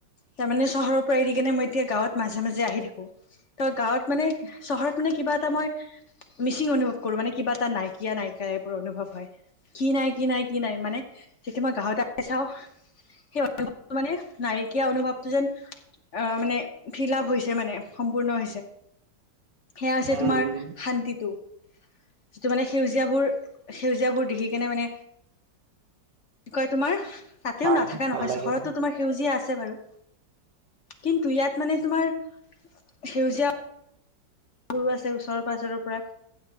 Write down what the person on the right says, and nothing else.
উম
উম
ভাল
ভাল
লাগে